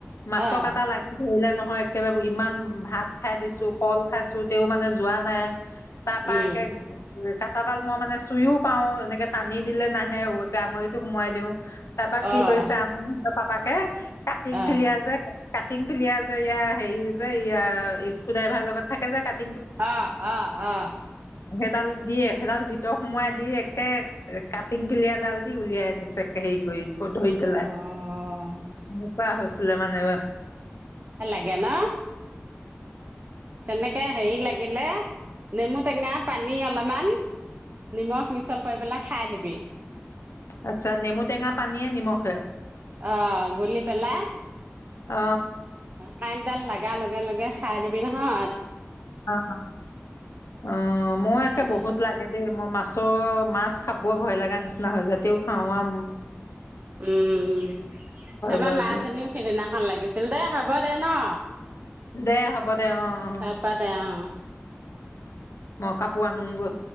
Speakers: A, on the left; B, on the right.
A: মাছ
B: অ'
A: কাটা লাগি ধৰিলে ন হয়। একবাৰে ইমান ভাত খাই দিছো কল খাইছো তেও মানে যোৱা নাই। তা
B: উম
A: পাকে। কাটাডাল মই মানে চুইও পাও এনেকে টানি দিলে নাহে আগলিটো সোমোৱাই দিওঁ। তাপা
B: অ',
A: কি কৰিছে আমাৰ সিহঁত পাপাক। হে। কাটিং
B: অ',
A: পলিয়া যে। কাটিং পিলিয়া যে ইয়া। হেৰি যে ইয়া স্কু ড্ৰাইভাৰ লগত থাকে যে কাট।
B: অ অ অ।
A: সেইডাল দিয়ে সেইডাল ভিতৰত সোমোৱাই দি একে কাটিং পিলিয়়ডাল দি উলিয়াই আনিছে। হেৰি কৰি ধৰি
B: অ',
A: পেলাই এনেকুৱা হৈছিলে মানে।
B: নে তেনেকে হেৰি লাগিলে নেমু টেঙা পানী অলপমান। নিমখ মিছল কৰি পেলাই খাই দিবি।
A: আচ্ছা নেমু টেঙা পানীয়ে নিমখে।
B: অ গোলি পেলায়।
A: অ।
B: কাইট দাল লাগা ল। লগে লগে খাই দিবি নহই।
A: অ অ অ মই
B: হেৰিডাল
A: একে বহুত লাগে দেই ম মাছ। ছ মাছ খাব ভয় লগা নিচিনা হৈছে তেও খাওঁ আও
B: উম আমাৰ
A: ভয়
B: মা
A: কৰি
B: জনীও সেইদিনাখন লাগিছিল দেই হ'ব দে ন
A: দে হ'ব দে অ অ
B: হ'ব দে অ'।
A: মই কাপোৰ আনো গৈ